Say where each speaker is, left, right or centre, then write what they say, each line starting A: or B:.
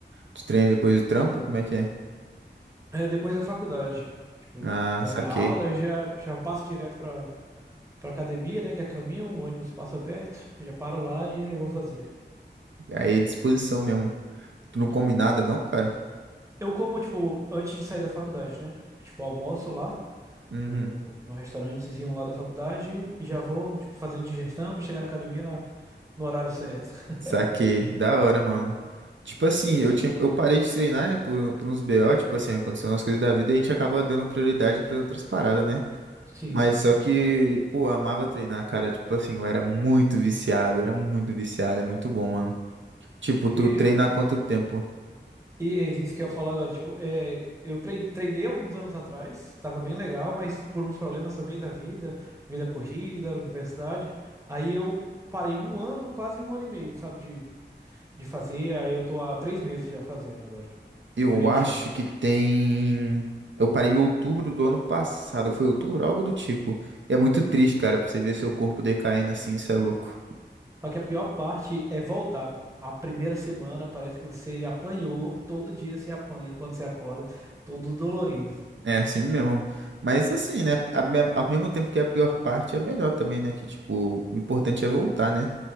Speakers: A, on the right; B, on the right.
A: Tu treina depois do trampo? Como é que é?
B: Aí depois da faculdade, tipo,
A: Ah,
B: termina
A: saquei.
B: a aula, eu já, já passo direto pra, pra academia, né, que é caminho, o ônibus passa perto, já paro lá e eu vou fazer.
A: Aí é disposição mesmo. Tu não
B: É.
A: come nada, não, cara?
B: Eu como, tipo, antes de sair da faculdade, né? Tipo, almoço lá.
A: Uhum.
B: no, no restaurantezinho lá da faculdade e já vou, tipo, fazendo digestão pra chegar na academia na- no horário certo. <laughs>
A: Saquei. Da hora, mano. Tipo assim, eu tinha, eu parei de treinar, né, por, por uns BO, tipo assim, aconteceu umas coisas da vida e a gente acaba dando prioridade pra outras paradas, né?
B: Sim,
A: Mas
B: sim.
A: só que, pô, eu amava treinar, cara. Tipo assim, eu era muito viciado, era muito viciado, é muito bom, mano. Tipo, tu
B: E,
A: treina há quanto tempo?
B: e é isso que eu ia falar agora, tipo, é, eu trei- treinei alguns anos atrás, tava bem legal, mas por uns problemas também da vida, vida corrida, universidade, aí eu parei um ano, quase um ano e meio, sabe, de, de fazer, aí eu tô há três meses já fazendo agora,
A: Eu
B: direitinho.
A: acho que tem. Eu parei em outubro do ano passado. Foi outubro? Algo do tipo. É muito triste, cara, pra você ver seu corpo decaindo assim, isso é louco.
B: Só que a pior parte é voltar, pô. A primeira semana parece que você apanhou, todo dia você apanha quando você acorda, todo dolorido.
A: É assim mesmo. Mas assim, né? a me- Ao mesmo tempo que é a pior parte é a melhor também, né? Que, tipo, o importante é voltar, né?